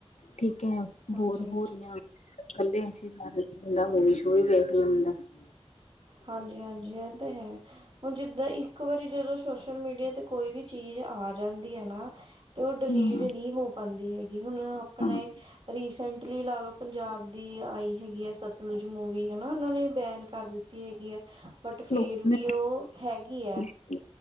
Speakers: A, on the left; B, on the right.
A: ਠੀਕ ਹੈ,
B: ਹਾਂਜੀ
A: ਬੋਰ
B: ਹਾਂਜੀ
A: ਹੋ ਰਹੀਆਂ <unintelligible> ਇਕੱਲੇ ਅਸੀਂ ਤਾਂ ਕਰਕੇ ਬੰਦਾ ਮੂਵੀ ਸੋਵੀ ਵੇਖ ਲੈਂਦਾ ਐ।
B: ਹਾਂਜੀ-ਹਾਂਜੀ, ਇਹ ਤੇ ਹੈ, ਹੁਣ ਜਿੱਦਾਂ ਇੱਕ ਵਾਰੀ ਜਦੋਂ ਸੋਸ਼ਲ ਮੀਡੀਆ ਤੇ ਕੋਈ ਵੀ ਚੀਜ਼ ਆ ਜਾਂਦੀ ਹੈ ਨਾ ਤੇ ਉਹ ਡਿਲੀਟ
A: ਹਾਂ
B: ਨਹੀਂ ਹੋ ਪਾਉਂਦੀ ਹੈਗੀ। ਹੁਣ ਆਪਣੇ
A: ਹਾਂ
B: ਰੀਸੈਂਟਲੀ ਲਾ ਲਓ ਪੰਜਾਬ ਦੀ ਆਈ ਹੈਗੀ ਹੈ ਸਤਲੁਜ ਮੂਵੀ ਹਨਾ ਉਹਨਾਂ ਨੇ ਬੈਨ ਕਰ ਦਿੱਤੀ ਹੈਗੀ ਹੈ, ਬਟ ਫੇਰ
A: ਲੋਕ ਨੇ
B: ਵੀ ਉਹ ਹੈਗੀ ਹੈ।
A: ਕੀਤੀ।